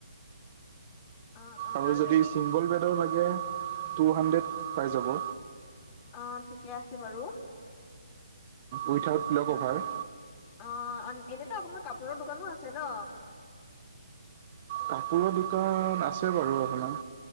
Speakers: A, on the left (about 25°); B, on the right (about 30°).
A: অ অ
B: আৰু যদি
A: এনেই
B: ছিংগল বেডৰ লাগে টু হাণ্ড্ৰেড পাই যাব।
A: অ, ঠিকে আছে বাৰু।
B: Without pillow
A: um
B: cover.
A: অ, এনেতো আপোনাৰ কাপোৰৰ দোকানো আছে ন?
B: কাপোৰৰ দোকান আছে বাৰু আপোনাৰ।